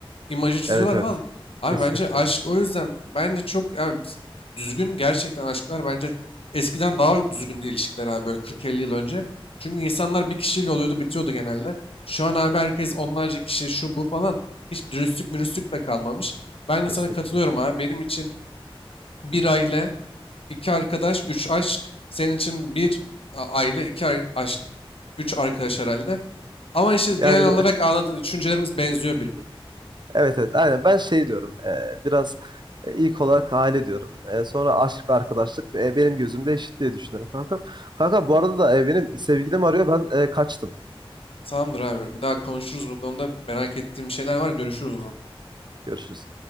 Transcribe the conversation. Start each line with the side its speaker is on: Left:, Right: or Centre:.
Left: imajı çiziyorlar
Right: Evet, evet.
Left: falan. Abi
Right: Kesinlikle.
Left: bence aşk o yüzden bence çok yani düzgün gerçekten aşklar bence eskiden daha düzgündü ilişkiler abi böyle 40-50
Right: Hı,
Left: yıl önce. Çünkü insanlar bir kişiyle oluyordu bitiyordu genelde. Şu an abi herkes onlarca kişi şu bu falan hiç dürüstlük mürüstlük de kalmamış. Ben de
Right: Kesinlikle.
Left: sana katılıyorum abi benim için bir aile, iki arkadaş, üç aşk. Senin için bir a- aile, iki ar- aşk, üç arkadaş herhalde. Ama işte genel
Right: Yani
Left: olarak anladığı düşüncelerimiz benziyor birbirine.
Right: Evet evet aynen ben şey diyorum e, biraz e, ilk olarak aile diyorum E, sonra aşk ve arkadaşlık e, benim gözümde eşit diye düşünüyorum kankam. Kankam bu arada da e, benim sevgilim arıyor ben e, kaçtım.
Left: Tamamdır abi. Bir daha konuşuruz bu konuda. Merak ettiğim şeyler var. Görüşürüz o zaman.
Right: Görüşürüz.